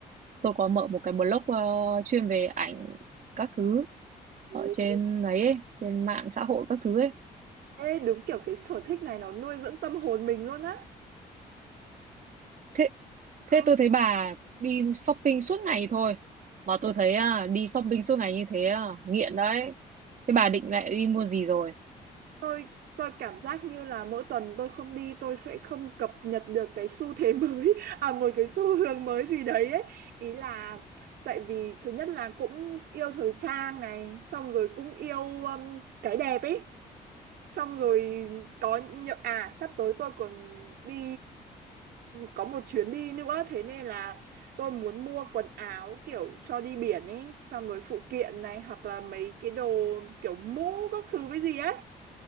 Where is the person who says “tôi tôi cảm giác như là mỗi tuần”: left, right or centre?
Right